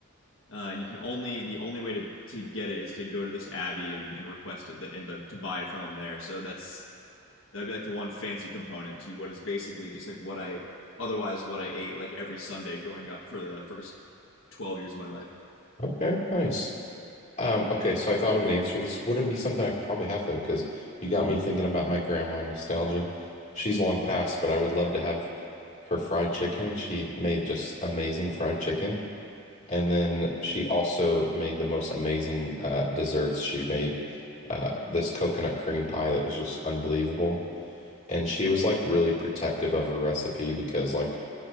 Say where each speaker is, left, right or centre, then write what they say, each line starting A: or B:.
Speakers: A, on the left; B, on the left.
A: Uh, and you can only the only way to, to get it is to go to this abbey and, and request it the, and to, to buy it from them there. So that's that'd be like the one fancy component to what is basically just like what I otherwise what I ate like every Sunday growing up for the first 12 years of my life.
B: okay, nice. Um, okay, so I thought of an answer. This wouldn't be something I could probably have though, because you got me thinking about my grandma and nostalgia. She's long passed, but I would love to have her fried chicken. She made just amazing fried chicken. And then she also made the most amazing uh, desserts. She made uh, this coconut cream pie that was just unbelievable. And she was like really protective of her recipe because like